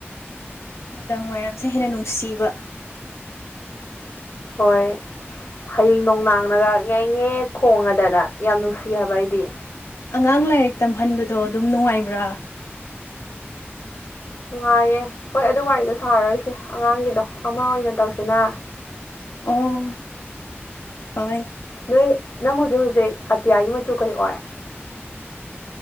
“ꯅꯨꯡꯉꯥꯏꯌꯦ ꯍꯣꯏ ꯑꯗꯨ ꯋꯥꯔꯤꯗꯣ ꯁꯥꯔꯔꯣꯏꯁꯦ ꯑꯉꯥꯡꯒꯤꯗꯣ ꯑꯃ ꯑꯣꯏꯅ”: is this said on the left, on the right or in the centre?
Left